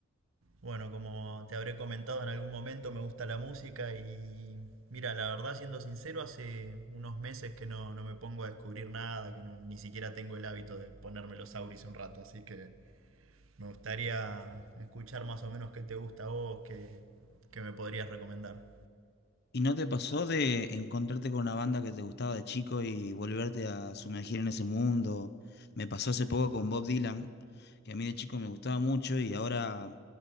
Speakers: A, on the right; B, on the left.
A: bueno, como te habré comentado en algún momento, me gusta la música y mira, la verdad, siendo sincero, hace unos meses que no, no me pongo a descubrir nada, que no- ni siquiera tengo el hábito de ponerme los auris un rato, así que me gustaría escuchar más o menos qué te gusta a vos, qué, qué me podrías recomendar.
B: ¿Y no te pasó de encontrarte con una banda que te gustaba de chico y volverte a sumergir en ese mundo? Me pasó hace poco con Bob Dylan, que a mí de chico me gustaba mucho y ahora